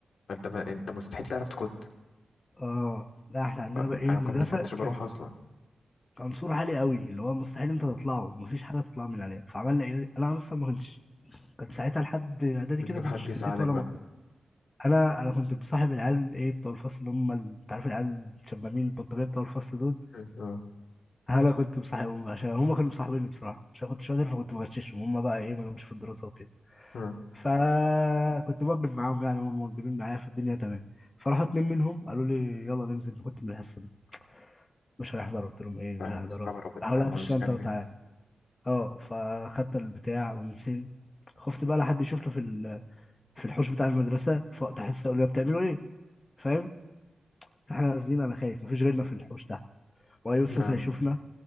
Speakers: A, on the left; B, on the left.
A: فانت ما... انت مستحيل تعرف تكت
B: آه لا إحنا عندنا
A: ف-
B: بقى إيه
A: انا
B: المدرسة
A: كنت ما كنتش بروح
B: كان
A: اصلا
B: كان سور عالي قوي اللي هو مستحيل أنت تطلعه مفيش حاجة تطلع من عليها فعملنا إيه أنا أصلا ما كنتش كان ساعتها لحد إعدادي
A: بتجيب
B: كده ما
A: حد
B: كنتش
A: يساعدك
B: كتت ولا
A: بقى
B: انا انا كنت بصاحب العيال ايه بتوع الفصل اللي هم ال- انت عارف العيال الشمامين البلطجيه بتوع الفصل دول
A: م- اه
B: انا كنت مصاحبهم بقى عشان هم كانوا مصاحبيني بصراحه عشان كنت شاطر فكنت بغششهم هم بقى ايه ما لهمش في الدراسه وكده
A: اه
B: فكنت بوجب معاهم يعني هم موجبين معايا فالدنيا تمام فراحوا اتنين منهم قالوا لي يلا ننزل كنت من الحصه دي مش هنحضر قلت لهم ايه
A: فاهم
B: مش هنحضرها
A: مستغرب انت
B: راحوا
A: ما
B: لقيت
A: عملتش
B: الشنطه
A: كده
B: وتعالى اه فخدت البتاع ونزلت خفت بقى لحد يشوفنا في ال- في الحوش بتاع المدرسه في وقت حصه يقول لي بتعملوا ايه فاهم فاحنا نازلين انا خايف مفيش غيرنا في الحوش ده واي استاذ
A: اه
B: هيشوفنا